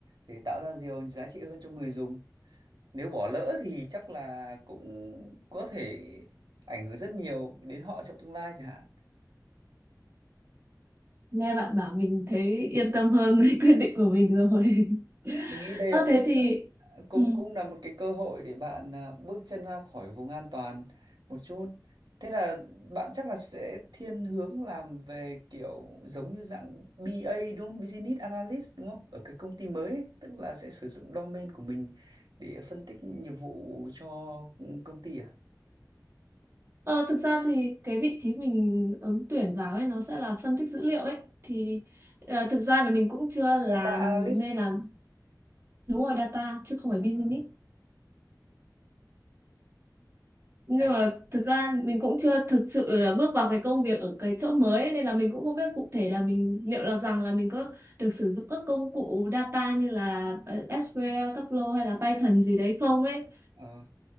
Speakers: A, on the right; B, on the right.
A: để tạo ra nhiều giá trị hơn cho người dùng nếu bỏ lỡ thì chắc là cũng có thể ảnh hưởng rất nhiều đến họ trong tương lai chẳng hạn
B: nghe bạn bảo mình thấy yên tâm hơn với <laughs> quyết định của mình rồi <laughs>
A: mình nghĩ đây
B: Ơ
A: là
B: thế
A: cũng
B: thì
A: cũng
B: ừ.
A: cũng là một cái cơ hội để bạn à, bước chân ra khỏi vùng an toàn một chút thế là bạn chắc là sẽ thiên hướng làm về kiểu giống như dạng BA đúng không Business Analyst đúng không ở cái công ty mới ấy. tức là sẽ sử dụng domain của mình để phân tích nghiệp vụ cho công ty à
B: Ờ, thực ra thì cái vị trí mình ứng tuyển vào ấy nó sẽ là phân tích dữ liệu ấy thì ờ, thực ra là mình cũng chưa làm
A: Data Analyst
B: nên là đúng rồi data chứ không phải
A: à,
B: business nhưng
A: hay
B: mà thực ra mình cũng chưa thực sự ờ, bước vào cái công việc ở cái chỗ mới ấy, nên là mình cũng không biết cụ thể là mình liệu là rằng là mình có được sử dụng các công cụ data như là ờ, SQL, Tableau hay là Python gì đấy không ấy
A: Ờ,